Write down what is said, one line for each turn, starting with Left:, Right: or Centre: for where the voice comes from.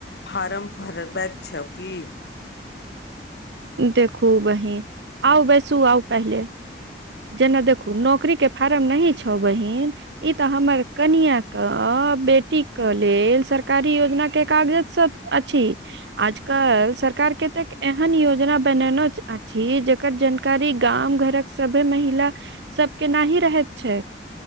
Left: फार्म फरबैक छौ कि
Right: देखू बहिन आउ बैसू आउ पहले। जेना देखू नौकरी के फारम नहि छौ बहीन ई तऽ हमर कनिआँ कऽ बेटी के लेलऽ सरकारी योजना के कागजसभ अछि आजकल सरकार के कतेक एहन योजना बननो अछि जकर जनकारी। जानकारी गाम घरक सभे महिला सभ केनाही रहैत छै